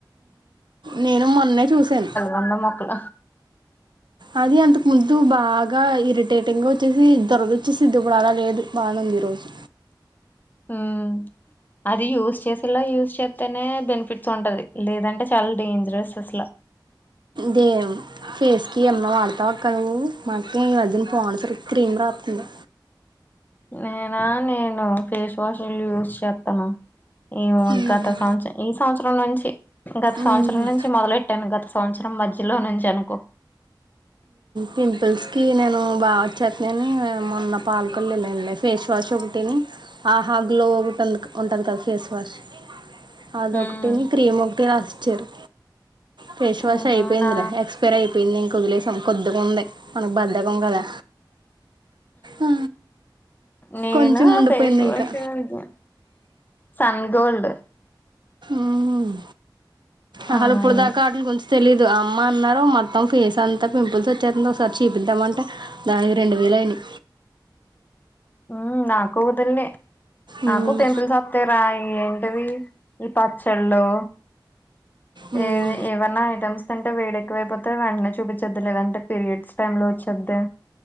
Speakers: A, on the right; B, on the left.
A: నేను మొన్నే చూసాను
B: వంద మొకులా
A: అదె అంతకు ముందు బాగా ఇరిటేటింగ్ గా వచ్చేసి దురద వచ్చేసిద్ది ఇప్పుడు అలా లేదు బానే ఉంది ఈ రోజు
B: ఉమ్ అది యూజ్ చేసేలా యూజ్ చేస్తేనే బెనిఫిట్స్ ఉంటది లేదంటే చాలా డేంజరస్ అసలా
A: దేం ఫేస్ కి ఏమన్నా వాడతావు అక్క నువ్ మాఅక్కే ఈ మధ్యన పోనసరూ క్రీమ్ రాస్తంది
B: నేనా నేను ఫేస్ వాష్ లు యూజ్ చేత్తను ఏమొ
A: ఉమ్,
B: గత సంవత్సరం ఈ సంవత్సరం నుంచి గత సంవత్సరం
A: ఉమ్.
B: నుంచి మొదలెట్ ట్టను గత సంవత్సరం మధ్యలో నుంచి అనుకో
A: పింపుల్స్ కి నేను బాగా వచ్చేస్తయి అని మొన్న పాల్కొలేల్లాన్ లే ఫేస్ వాష్ ఒకటి ఆహా గ్లో ఉంటది కదా ఫేస్ వాష్ అదొకటిని
B: ఉమ్
A: క్రీమ్ ఒకటి రాసిచ్చారు ఫేస్ వాష్
B: అవునానా
A: అయిపోయిందిలే ఎక్ క్స్ పేర్ అయిపోయింది ఇంక వదిలేసాం కొద్దిగా ఉంది మనకు బద్దకం కదా ఆ,
B: నేను
A: కొంచెం ఉండిపోయింది
B: ఫేస్ వాష్
A: ఇంకా
B: ఇది సన్గోల్డ్
A: ఉమ్ అసలు
B: ఆ
A: ఇప్పుడు
B: ఇది
A: దాకా అటిలు కొంచం తెలీదు అమ్మ అన్నారు మొత్తం ఫేస్ అంతా పింపుల్స్ వచ్చేతాంది ఒకసారి చూపిద్దామ అంటే దానికి రెండు వేలు అయినయ్
B: మ్ నా కూతుళ్ళే
A: మ్మ్.
B: నాకు టెంపిల్స్ తే రాయి ఏంటిది ఈ పచ్చళ్ళు
A: మ్మ్.
B: ఏ ఏవన్నా ఐటమ్స్ అంటె వేడేక్కువైపోతే వెంటనే చూపించొద్దు లేదంటే పీరియడ్స్ టైం లో వొచ్చుద్ది